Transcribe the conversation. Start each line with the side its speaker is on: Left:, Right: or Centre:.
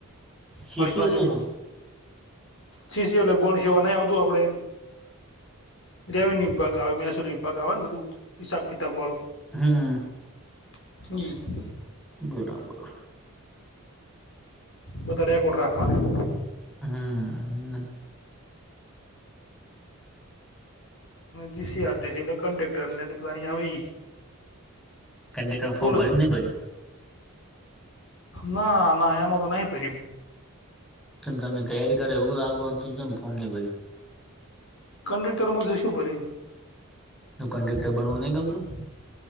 Centre: શીશી
Left: વળી પાછી
Centre: એટલે
Left: પો.
Centre: શું
Left: સીસી ‌એટલે ગોણ સેવા નહી આવતું આપડે. રેવન્યુ વિભાગ આવે મહેસૂલી વિભાગ આવે ને બધું હિસાબ કિતાબવાળું.
Centre: હમ.
Left: <unintelligible>
Centre: બરાબર
Left: બધારે એકકોડ રાખવાની
Centre: હામ
Left: જીસીઆરટીસી એટલે કંડેક્ટર ને ડિપલાની આવી એ
Centre: કંડક્ટર
Left: બોલ
Centre: ફોર્મ ભર્યું કે નહી ભર્યું
Left: ના ના એમાં તો નહી પહેર્યું
Centre: જેમ તમે તૈયારી કરો એવું લાગો હતું તોમ ફોર્મ ને ભર્યું
Left: કન્ડક્ટરમાં જસુ ભરી
Centre: તો કન્ડકર બનવું નહીં ગમતું